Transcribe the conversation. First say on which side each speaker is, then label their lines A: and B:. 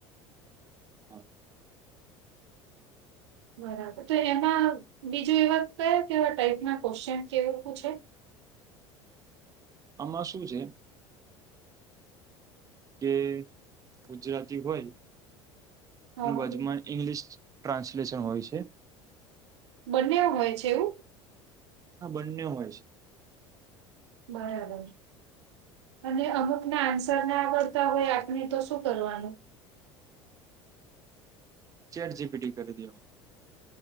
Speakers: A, on the right; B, on the right.
A: હા.
B: બરાબર, તો એમાં બીજું એવા કેવા કેવા ટાઈપના ક્વેશચન કે એવું પૂછે.
A: આમાં શું છે. કે ગુજરાતી હોય
B: હા
A: <unintelligible> ઇંગ્લિશ ટ્રાન્સલેશન હોય છે.
B: બંને હોય છે એવું.
A: હા, બંને હોય છે.
B: બરાબર. અને અમુકના આન્સર ના આવડતા હોય આપણે તો શું કરવાનું.
A: ચેટ જીપીટી કરી દેવાનું.